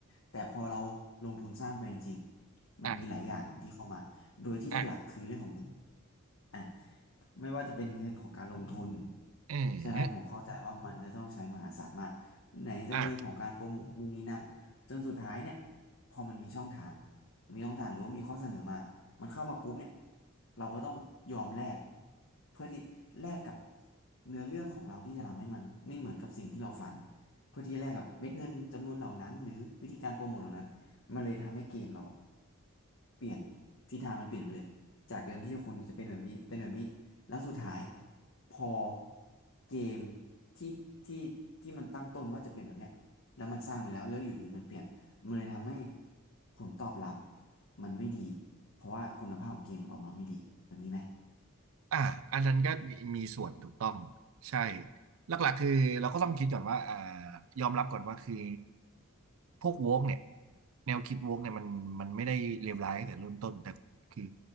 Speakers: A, on the left (about 65°); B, on the right (about 70°).
A: แต่พอเราลงทุนสร้างไปจริงๆ มันมีหลายอย่างที่เข้ามา
B: อ่า
A: โดยที่หลักๆคือเรื่องของเงิน
B: อ่า
A: อ่ะ ไม่ว่าจะเป็นเงินของการลงทุน
B: เออ
A: ใช่ไหมผมเข้าใจว่ามันจะต้องใช้มหาศาลมากไหนจะเงินของการโปรโมทนู่นนี่นั่นจนสุดท้ายเนี่ย
B: อ่า
A: พอมันมีช่องทางมีช่องทางหรือว่ามีข้อเสนอมามันเข้ามาปุ๊บเนี่ยเราก็ต้องยอมแลกเพื่อที่แลกกับเนื้อเรื่องของเราที่จะทำให้มันไม่เหมือนกับสิ่งที่เราฝันเพื่อที่แลกกับเม็ดเงินจำนวนเหล่านั้นหรือวิธีการโปรโมทเหล่านั้นมันเลยทำให้เกมเราอะเปลี่ยนทิศทางมันเปลี่ยนไปเลยจากเดิมที่คนจะเป็นแบบนี้เป็นแบบนี้ แล้วสุดท้ายพอเกมที่ที่ที่มันตั้งต้นว่าจะเป็นแบบเนี้ยแล้วมันสร้างมาแล้วแล้วอยู่ดีมันเปลี่ยนมันเลยทำให้ผลตอบรับมันไม่ดีเพราะว่าคุณภาพของเกมมันออกมาไม่ดีแบบนี้ไหม
B: อ่าอันนั้นก็มีมีส่วนถูกต้องใช่หลักๆคือเราก็ต้องคิดก่อนว่าอ่ายอมรับก่อนว่าคือพวกโวกเนี่ยแนวคิดโวกเนี่ยมันมันไม่ได้เลวร้ายตั้งแต่เริ่มต้นแต่คือ